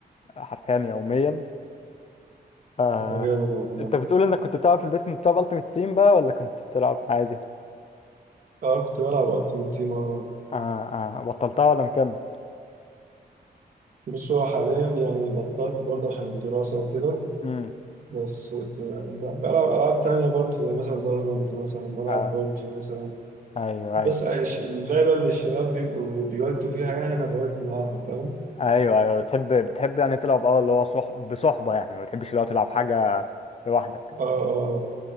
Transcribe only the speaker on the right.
ده جامد والله
اه كنت بلعب ألعب تيم اه
بص هو حاليا يعني بطلت برضه عشان الدراسة وكده
بس ب- بلعب ألعاب تانية برضو زي مثلا فالورانت مثلا بلعب
ببجي مثلا
بص
أيش- اللعبة اللي الشباب بيبقوا بيودوا فيها يعني أنا بودي معاهم فاهم
اه اه